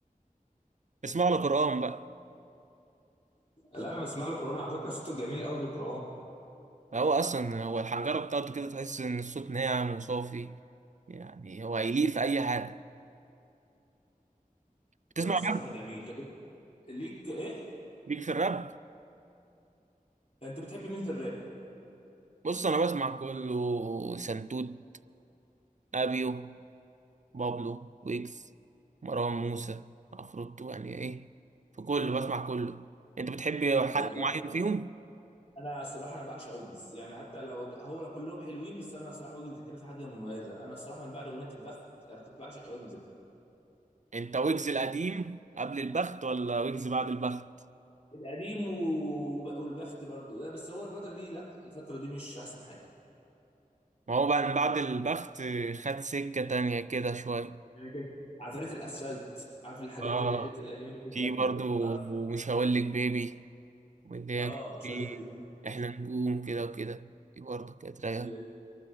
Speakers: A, on the right; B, on the left.
A: اسمع له قرآن بقى
B: لا انا بسمع له قران على فكره صوته جميل قوي في القران
A: هو اصلا هو الحنجره بتاعته كده تحس ان الصوت ناعم وصافي يعني هو هيليق في اي حاجه بتسمع
B: لا الصراحه
A: راب
B: جميل طب ليك ايه
A: ليك في الراب
B: انت بتحب مين في الراب
A: بص انا بسمع كله سنتوت ابيو بابلو ويجز مروان موسى عفروتو يعني ايه في كله بسمع كله انت بتحب حد
B: والله
A: معين فيهم
B: انا الصراحه انا بعشق ويجز يعني حتى لو د- هو كلهم حلوين بس انا الصراحه ويجز كده في حاجه مميزه انا الصراحه من بعد اغنيه البخت انا كنت بعشق ويجز
A: انت ويجز القديم قبل البخت ولا ويجز بعد البخت
B: القديم و- والبخت برضو لا بس هو الفتره دي لا الفتره دي مش احسن حاجه
A: ما هو بعد بعد البخت خد سكه تانية كده شويه
B: يعني كان عفاريت الاسفلت عارف الحاجات
A: اه
B: اللي هي كانت الانمي اللي كانت
A: في
B: جامده
A: برضو
B: طرش
A: ومش هقول لك بيبي واللي هي
B: اه
A: كانت
B: مش
A: في
B: هقول لك مين.
A: احنا نجوم كده وكده دي برضو كانت رايقة
B: ال-